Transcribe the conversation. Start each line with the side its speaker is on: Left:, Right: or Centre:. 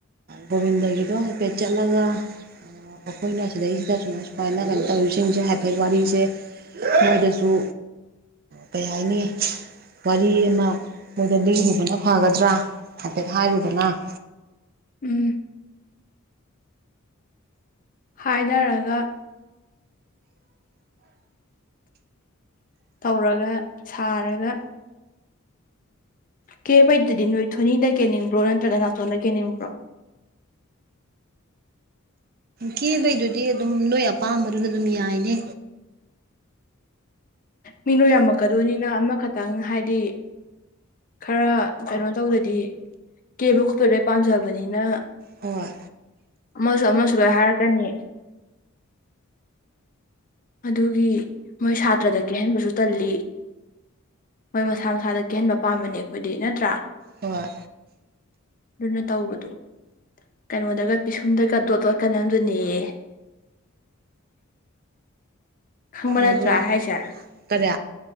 Right: ꯒꯣꯕꯤꯟꯗꯒꯤꯗꯣ ꯍꯥꯏꯐꯦꯠ ꯆꯠꯂꯒ꯫ ꯑꯈꯣꯏꯅ ꯁꯤꯗꯩꯁꯤꯗ ꯁꯨꯃꯥꯏ ꯁꯨꯃꯥꯏꯅ ꯀꯩꯅꯣ ꯇꯧꯔꯤꯁꯤꯡꯁꯦ ꯍꯥꯏꯐꯦꯠ ꯋꯥꯔꯤꯁꯦ꯫ ꯃꯣꯏꯗꯁꯨ꯫ ꯀꯩ ꯍꯥꯏꯅꯤ ꯋꯥꯔꯤ ꯑꯃ ꯃꯣꯏꯗ ꯂꯤꯔꯨꯕꯅ ꯐꯒꯗ꯭ꯔꯥ꯫ ꯍꯥꯏꯐꯦꯠ ꯍꯥꯏꯔꯨꯕꯅ꯫
Left: ꯎꯝ꯫ ꯍꯥꯏꯅꯔꯒ ꯇꯧꯔꯒ ꯁꯥꯔꯒ ꯀꯦꯕꯩꯗꯨꯗꯤ ꯅꯣꯏ ꯊꯣꯅꯤꯗ ꯀꯦꯅꯤꯡꯕ꯭ꯔꯣ ꯅꯠꯇ꯭ꯔꯒ ꯅꯥꯇꯣꯟꯗ ꯀꯦꯟꯅꯤꯡꯕ꯭ꯔꯣ
Right: ꯀꯦꯕꯩꯗꯨꯗꯤ ꯑꯗꯨꯝ ꯅꯣꯏ ꯑꯄꯥꯝꯕꯗꯨꯗ ꯑꯗꯨꯝ ꯌꯥꯏꯅꯦ
Left: ꯃꯤꯅꯣ ꯌꯥꯝꯃꯛꯀꯗꯣꯏꯅꯤꯅ ꯑꯃꯅ ꯈꯛꯇꯪ ꯍꯥꯏꯗꯤ ꯈꯔ ꯀꯩꯅꯣ ꯇꯧꯗꯗꯤ ꯀꯦꯕꯨ ꯈꯣꯠꯄ ꯂꯣꯏ ꯄꯥꯝꯖꯕꯅꯤꯅ
Right: ꯍꯣꯏ
Left: ꯑꯃꯁꯨ ꯑꯃꯁꯨ ꯂꯣꯏ ꯍꯥꯏꯔꯛꯀꯅꯤ꯫ ꯑꯗꯨꯒꯤ ꯃꯣꯏ ꯁꯥꯇ꯭ꯔꯗ ꯀꯦꯍꯟꯕꯁꯨ ꯇꯜꯂꯤ꯫ ꯃꯣꯏ ꯃꯁꯥ ꯃꯁꯥꯗ ꯀ‌ꯦꯍꯟꯕ ꯄꯥꯝꯕꯅꯦ ꯑꯈꯣꯏꯗꯤ ꯅꯠꯇ꯭ꯔꯥ꯫
Right: ꯍꯣꯏ
Left: ꯑꯗꯨꯅ ꯇꯧꯕꯗꯨ꯫ ꯀꯩꯅꯣꯗꯒ ꯄꯤꯁꯨꯝꯗꯒ ꯗꯣꯠꯗ‍ꯣꯠꯀꯅꯝꯗꫭꯅꯦꯌꯦ꯫ ꯈꯪꯕ ꯅꯠꯇ꯭ꯔꯥ
Right: ꯑꯗꯣ
Left: ꯍꯥꯏꯁꯦ
Right: ꯀꯔꯤ